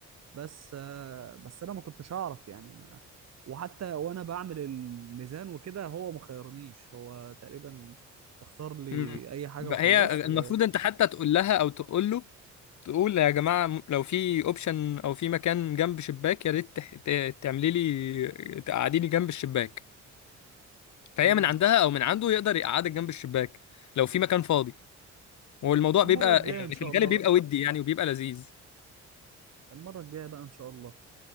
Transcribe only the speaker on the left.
مم.
بقى
هي
المفروض انت حتى تقول لها او تقول له تقول يا جماعه م- لو في اوبشن او في مكان جنب شباك يا ريت تح- ت- تعملي لي تقعديني جنب الشباك فهي
من عندها او من عنده يقدر يقعدك جنب الشباك لو في مكان فاضي والموضوع
بيبقى
يعني
في الغالب
بيبقى
ودي يعني وبيبقى لذيذ